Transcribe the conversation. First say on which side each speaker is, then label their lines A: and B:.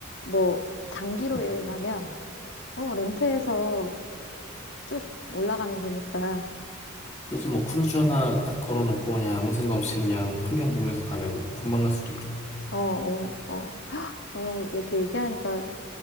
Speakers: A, on the left; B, on the left.
A: 뭐 장기로 여행하면 어, 렌트해서 쭉 올라가면 되니까.
B: <laughs> 그치, 뭐, 크루즈 하나 딱 걸어놓고, 그냥 아무 생각 없이 그냥 풍경 보면서 가면 뭐 금방 갈 수도 있겠다.
A: 어, 어, 어, 어, 이렇게 얘기하니까